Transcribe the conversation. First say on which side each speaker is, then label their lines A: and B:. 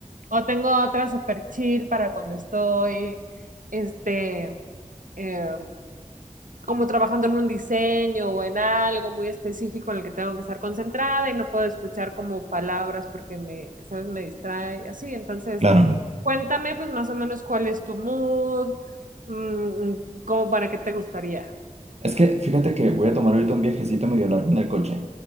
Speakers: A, on the right (about 80°); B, on the right (about 55°).
A: O tengo otra super chill para cuando estoy, este, em, como trabajando en un diseño o en algo muy específico en el que tengo que estar concentrada y no puedo escuchar como palabras porque me, ¿sabes? Me distrae, así. Entonces,
B: Claro.
A: cuéntame pues más o menos cuál es tu mood, mm, como para qué te gustaría.
B: Es que fíjate que voy a tomar ahorita un viajecito medio largo en el coche.